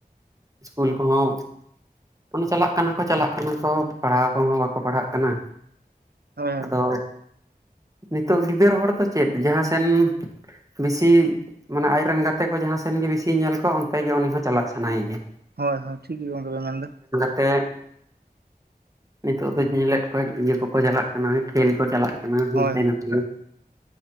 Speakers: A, on the right (about 20°); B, on the right (about 75°).
A: ᱤᱥᱠᱩᱞ ᱠᱚᱦᱚᱸ ᱚᱱᱮ ᱪᱟᱞᱟᱜ ᱠᱟᱱᱟ ᱠᱚ ᱪᱟᱞᱟᱜ ᱠᱟᱱᱟ ᱠᱚ ᱯᱟᱲᱦᱟᱣ ᱠᱚᱦᱚᱸ ᱵᱟᱠᱚ ᱯᱟᱲᱦᱟᱜ ᱠᱟᱱᱟ᱾
B: <unintelligible>
A: ᱦᱚ ᱱᱤᱛᱚᱜ ᱜᱤᱫᱟᱹᱨ ᱦᱚᱲ ᱫᱚ ᱪᱮᱫ ᱡᱟᱦᱟᱸ ᱥᱮᱱ ᱵᱤᱥᱤ ᱢᱟᱱᱮ ᱟᱡ ᱨᱮᱱ ᱜᱟᱛᱮ ᱠᱚ ᱡᱟᱦᱟᱸ ᱥᱮᱱ ᱜᱮ ᱵᱮᱥᱤ ᱧᱮᱞ ᱠᱚ ᱚᱱᱛᱮ ᱜᱮ ᱩᱱᱤ ᱦᱚᱸ ᱪᱟᱞᱟᱜ ᱥᱟᱱᱟ ᱮᱭᱟ
B: ᱦᱚᱭ ᱦᱚᱭ ᱴᱷᱤᱠ ᱜᱮ ᱜᱚᱝᱠᱮ ᱯᱮ ᱢᱮᱱᱫᱟ
A: ᱛᱮ ᱱᱤᱛᱚᱜ ᱫᱩᱧ ᱧᱮᱞᱮᱫ ᱠᱚᱣᱟ ᱤᱭᱟᱹ ᱠᱚᱠᱚ ᱪᱟᱞᱟᱜ ᱠᱟᱱᱟ ᱠᱷᱮᱞ ᱠᱚ ᱪᱟᱞᱟᱜ ᱠᱟᱱᱟ ᱦᱟᱱᱛᱮ
B: ᱦᱳᱭ ᱦᱳᱭ
A: ᱱᱟᱛᱮ